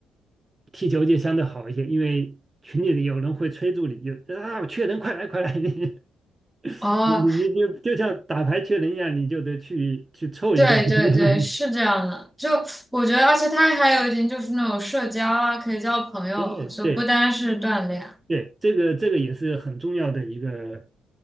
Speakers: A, on the right; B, in the centre.
A: 踢球就相对好一些，因为群里有人会催促你，有啊缺人快来快来，<laughs>
B: 哦，
A: 你你你你就像打牌缺人一样，你就得去去凑一份。
B: 对对对，
A: <laughs>
B: 是这样的。就我觉得，而且它还有一点就是那种社交啊，可以交朋友，
A: 真的对，
B: 就不单是锻炼。
A: 对，这个这个也是很重要的一个，